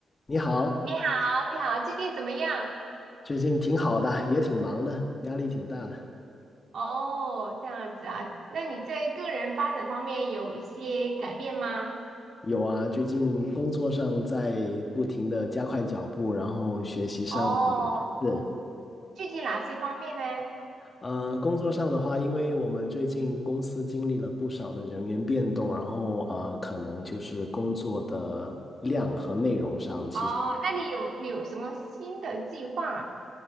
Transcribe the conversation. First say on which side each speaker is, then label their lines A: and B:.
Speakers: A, on the left (about 30°); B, on the right (about 65°).
A: 你好，
B: 你好，你好，最近怎么样？
A: 最近挺好的，也挺忙的，压力挺大的。
B: 哦，这样子啊，那你在个人发展方面有一些改变吗？
A: 有啊，最近工作上在不停的加快脚步，然后学习上也是。
B: 哦，具体哪些方面呢？
A: 呃，工作上的话，因为我们最近公司经历了不少的人员变动，然后呃，可能就是工作的量和内容上，其实
B: 哦，那你有你有什么新的计划